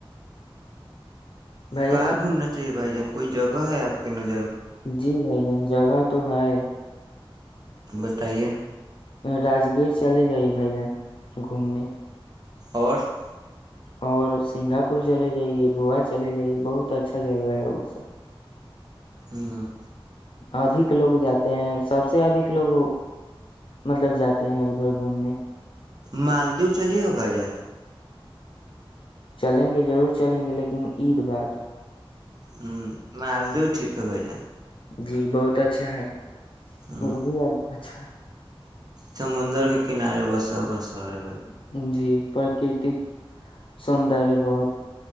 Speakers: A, on the left; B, on the right.
A: بھائی
B: کہاں
A: جان
B: گھومنا چاہیے بھائی ج کوئی جگہ ہے آپ کے نر <unintelligible>
A: جی بھائی جان جگہ تو ہے
B: بتائیے <unintelligible>
A: راگیر چلے جائیے بائی جان گھومنے
B: اور <unintelligible>
A: اور سنگاپور چلے جائیے گووا چلے جائیے بہت اچھا جگہ ہے وہ سب
B: ہاں ہاں
A: ادک لوگ جاتے ہیں سب سے ادھ لوگ مطلب جاتے ہیں ادھر گھومنے
B: مالدو چلیے گا بھائی جان
A: چلیں گے ضرور چلیں گے لیکن عید بعد
B: ہوں میں آلدہ ٹھیک ک ب جا
A: جی بہت اچھا ہے <unintelligible> وہ
B: ہ
A: بھی اچھا
B: سمندر کے کنارے بسا ہوا سہرے بھائی
A: ہے جی پراکرتک سندر بہت